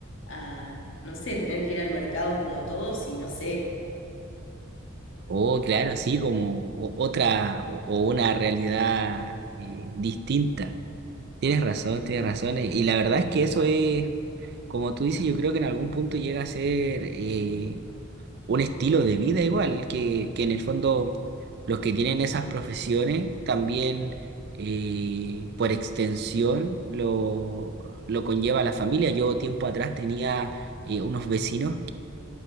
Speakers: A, on the left; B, on the right.
A: a, no sé, tener que ir al mercado como todos y no sé,
B: Oh, claro, sí, como o- otra o, o una realidad eh, distinta. Tienes razón, tienes razón. eh, Y la verdad es que eso es, como tú dices, yo creo que en algún punto llega a ser eh, un estilo de vida igual, que, que en el fondo los que tienen esas profesiones también eh, por extensión lo, lo conlleva la familia. Yo tiempo atrás tenía eh, unos vecinos